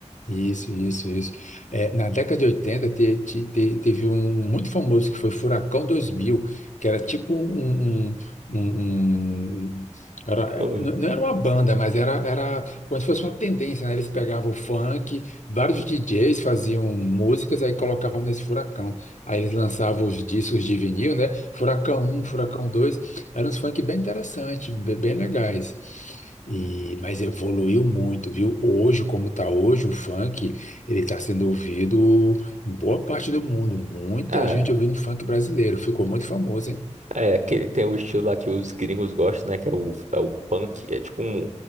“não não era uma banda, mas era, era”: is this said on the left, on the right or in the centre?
Left